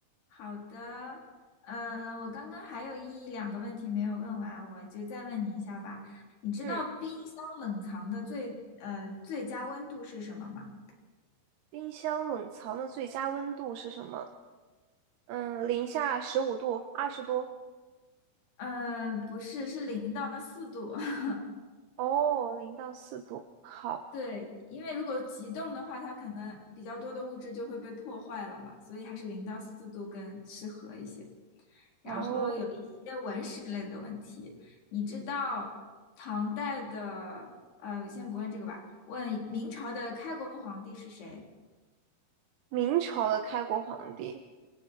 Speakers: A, on the left; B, on the right.
A: 好的，呃，我刚刚还有一两个问题没有问完，我就再问你一下吧。你知道冰箱冷藏的最呃最佳温度是什么吗？
B: 嗯，冰箱冷藏的最佳温度是什么？嗯，零下十五度、二十度。
A: 呃，不是，是零到四度。<laughs>
B: 哦，零到四度。好。
A: 对，因为如果急冻的话，它可能比较多的物质就会被破坏了嘛，所以还是零到四度更适合一些。然后有一些文史类的问题。
B: 哦，
A: 你知道唐代的，呃，先不问这个吧，问明朝的开国皇帝是谁？
B: 明朝的开国皇帝，